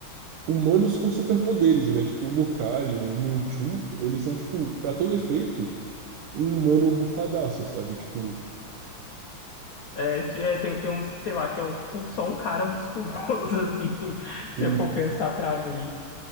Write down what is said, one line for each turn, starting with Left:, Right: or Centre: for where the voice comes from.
Right: humanos com superpoderes, né? Tipo, o Lucario, o Mewtwo, eles são, tipo, pra todo efeito, um humano bufadaço, sabe? Tipo,
Left: É, se- é, tem, tem uns, sei lá, que é um, tipo só um cara musculoso, <laughs> assim, se
Right: tem,
Left: eu for pensar pra ver.